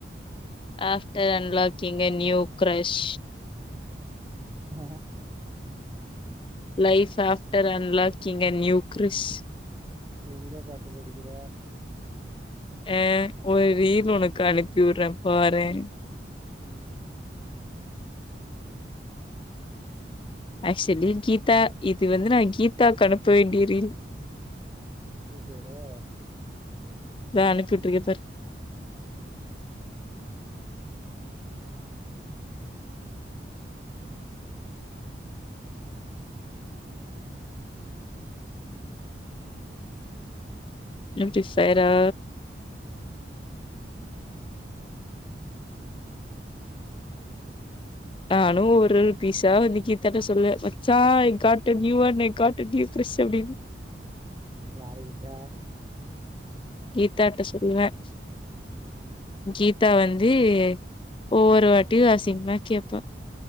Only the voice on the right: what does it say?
ஆ
எங்கே பார்த்து படிக்கிற
ம்
கேக்குதா
யாருகிட்ட
உம்